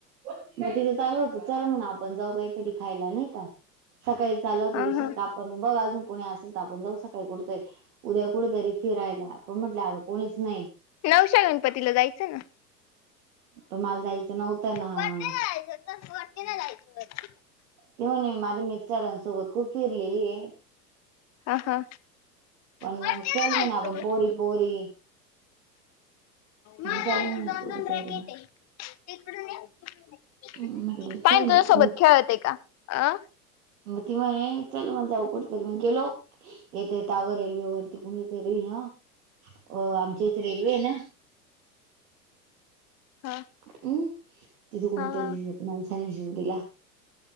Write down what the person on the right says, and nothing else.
चालू होत, चल म्हणु आपण जाऊ काहीतरी खायला नाही का,, सकाळी चालला होता
विषयऽ
पण बघ अजून कोुणी असेल तर आपण जाऊ सकाळी, कुठतंय उद्या, कुठेेतरी फिरायलाऽ पण म्हटलंल अगं कोणीच नाही.
पण मला जायचं नव्हतं ना
तेव्हा नाही माझ्या मिस्टरान सोबत खुप फिरलेली आहे
पण
मग चल
मग आपण पोरी पोरी
जाऊ म्हणे
कुठेतरी
म्हटलं
चल
मग
मग त म्हणे, चल मग जाऊ कुठतरी,, मग गेलोऽ येत य त्यावर, अगं रेल्वे वरती कुणीतरी नाऽ अ, आमच्या इथे रेल्वे आहे ना,,
हम्म,, तिथं कोणतरी
माणसाने जीव दिला,,